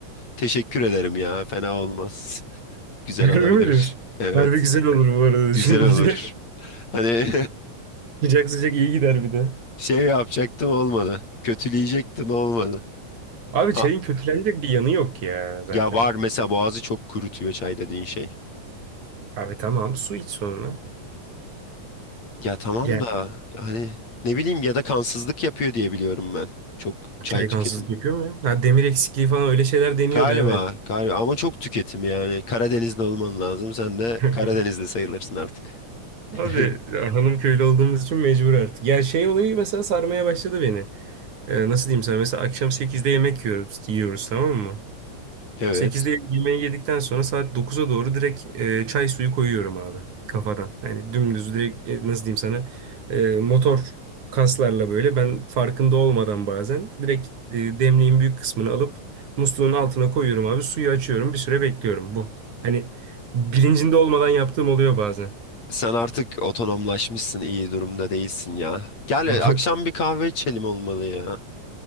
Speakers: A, on the left (about 60°); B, on the right (about 75°).
A: teşekkür ederim ya. Fena olmaz. <laughs> Güzel
B: Harbi
A: olabilir.
B: mi diyorsun?
A: Evet.
B: Harbi güzel olur bu arada düşününce.
A: Güzel olur. Hani
B: <laughs> Sıcak sıcak iyi gider bir de.
A: <laughs> şey yapacaktım olmadı. Kötüleyecektim olmadı.
B: Abi
A: A-
B: çayın kötülenecek bir yanı yok ya zaten.
A: Ya var mesela boğazı çok kurutuyor çay dediğin şey.
B: Abi tamam su iç sonra.
A: Ya tamam
B: Yani
A: da hani ne bileyim ya da kansızlık yapıyor diye biliyorum ben. Çok çay
B: çay
A: tüketimi.
B: kansızlık yapıyor mu ya? Ha, demir eksikliği falan öyle şeyler deniyordu
A: Galiba,
B: evet.
A: galiba ama çok tüketim yani. Karadenizli olman lazım. Sen de
B: <laughs>
A: Karadenizli sayılırsın artık. <laughs>
B: Abi ya hanım köylü olduğumuz için mecbur artık. Ya şey olayı mesela sarmaya başladı beni. e, nasıl diyeyim sana mesela akşam sekizde yemek yiyoruz, yiyoruz tamam mı?
A: Evet.
B: Sekizde yemeği yedikten sonra saat dokuza doğru direkt e, çay suyu koyuyorum abi kafadan. Yani dümdüz direkt e, nasıl diyeyim sana e, motor kaslarla böyle ben farkında olmadan bazen direkt e, demliğin büyük kısmını alıp musluğun altına koyuyorum abi suyu açıyorum bir süre bekliyorum bu. Hani bilincinde olmadan yaptığım oluyor bazen.
A: Sen artık otonomlaşmışsın, iyi durumda değilsin ya. Gel
B: <laughs>
A: akşam bir kahve içelim olmalı ya.